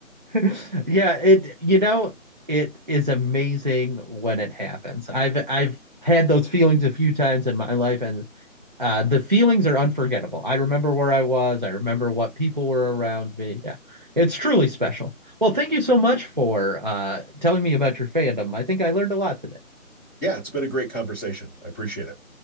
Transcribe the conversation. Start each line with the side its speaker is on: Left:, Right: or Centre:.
Right: <laughs> Yeah, it you know, it is amazing when it happens. I've I've had those feelings a few times in my life and uh the feelings are unforgettable. I remember where I was, I remember what people were around me. Yeah. It's truly special. Well, thank you so much for uh telling me about your fandom. I think I learned a lot today.
Centre: Yeah, it's been a great conversation. I appreciate it.